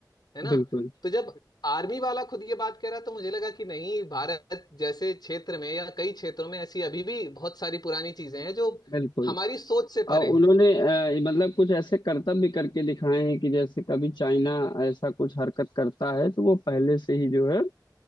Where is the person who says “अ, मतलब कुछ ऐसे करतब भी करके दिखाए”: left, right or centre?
Left